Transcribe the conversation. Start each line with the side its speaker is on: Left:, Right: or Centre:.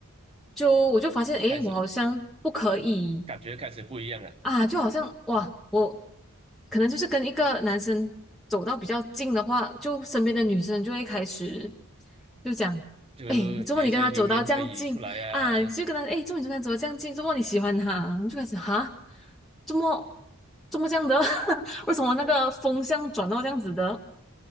Centre: 就我就发现，诶，
Right: 开始
Centre: 我好像不可以
Right: 感觉开始不一样了，
Centre: 啊，就好像哇，我可能就是跟一个男生走到比较近的话，就身边的女生就会开始就讲，
Right: 就有一些流言蜚语出来啊，
Centre: 诶，怎么你跟他走到这样近啊？就跟他，诶，怎么你就跟他走到这样近？怎么你喜欢他？就开始哈，怎么怎么这样的？<laughs> 为什么那个风向转到这样子的？